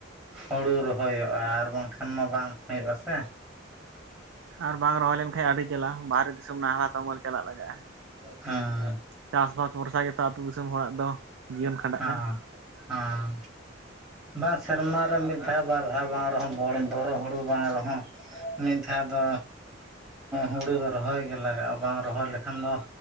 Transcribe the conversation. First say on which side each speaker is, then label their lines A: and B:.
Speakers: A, on the right; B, on the right.
A: ᱦᱩᱲᱩ ᱨᱚᱦᱚᱭᱚᱜᱼᱟ ᱟᱨ ᱵᱟᱝᱠᱷᱟᱱ ᱢᱟ ᱵᱟᱝ ᱦᱩᱭᱩᱜ ᱟᱥᱮ᱾
B: ᱟᱨ ᱵᱟᱝ ᱨᱚᱦᱚᱭ ᱞᱮᱱᱠᱷᱟᱱ ᱟᱹᱰᱤ ᱡᱟᱞᱟ ᱵᱟᱦᱨᱮ ᱫᱤᱥᱚᱢ ᱱᱟᱞᱦᱟ ᱛᱩᱢᱟᱹᱟᱞ ᱪᱟᱞᱟᱜ ᱞᱟᱜᱟᱜᱼᱟ᱾
A: ᱦᱸ
B: ᱪᱟᱥᱼᱵᱟᱥ ᱵᱷᱚᱨᱥᱟ ᱜᱮᱛᱚ ᱟᱹᱛᱩ ᱫᱤᱥᱚᱢ ᱦᱚᱲᱟᱜ ᱫᱚ ᱡᱤᱭᱚᱱ ᱠᱷᱟᱸᱰᱟᱜ
A: ᱦᱮᱸ
B: ᱠᱟᱱᱟ᱾
A: ᱦᱮᱸ ᱵᱟᱝ ᱥᱮᱨᱢᱟ ᱨᱮ ᱢᱤᱫ ᱫᱷᱟᱣ ᱵᱟᱨ ᱫᱷᱟᱣ ᱵᱟᱝ ᱨᱮᱦᱚᱸ ᱵᱚᱨᱚ ᱦᱩᱲᱩ ᱵᱟᱝ ᱨᱮᱦᱚᱸ ᱢᱤᱫ ᱫᱷᱟᱣ ᱫᱚ ᱦᱩᱲᱩ ᱫᱚ ᱨᱚᱦᱚᱭ ᱜᱮ ᱞᱟᱜᱟᱜᱼᱟ ᱵᱟᱝ ᱨᱚᱦᱚᱭ ᱞᱮᱠᱷᱟᱱ ᱫᱚ